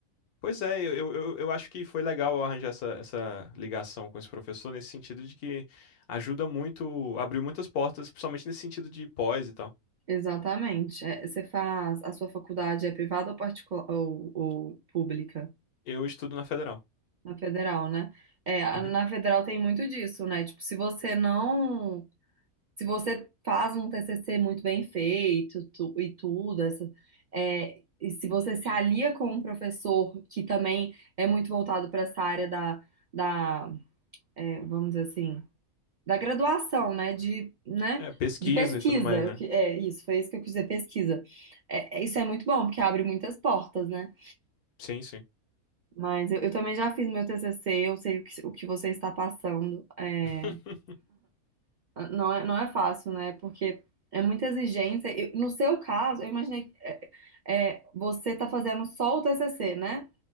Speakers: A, on the left; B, on the right.
A: Pois é, eu, eu, eu eu acho que foi legal eu arranjar essa, essa ligação com esse professor, nesse sentido de que ajuda muito, abriu muitas portas, principalmente nesse sentido de pós e tal.
B: Exatamente. É, você faz, a sua faculdade é privada ou particular ou, ou pública?
A: Eu estudo na Federal.
B: Na federal, né? É, a-
A: Uhum.
B: na federal tem muito disso, né? Tipo, se você não, se você faz um TCC muito bem feito tu- e tudo, essa, é, e se você se alia com um professor que também é muito voltado para essa área da, da, é, vamos dizer assim da graduação, né? De, né?
A: É, pesquisa
B: De pesquisa,
A: e tudo mais, né?
B: que é isso, foi isso que eu quis dizer, pesquisa. É, é- isso é muito bom, porque abre muitas portas, né?
A: Sim, sim.
B: Mas eu, eu também já fiz meu TCC, eu sei o que, o que você está passando. É,
A: <laughs>
B: não é, não é fácil, né? Porque é muita exigência. Eu- no seu caso, eu imaginei que é, é, você está fazendo só o TCC, né?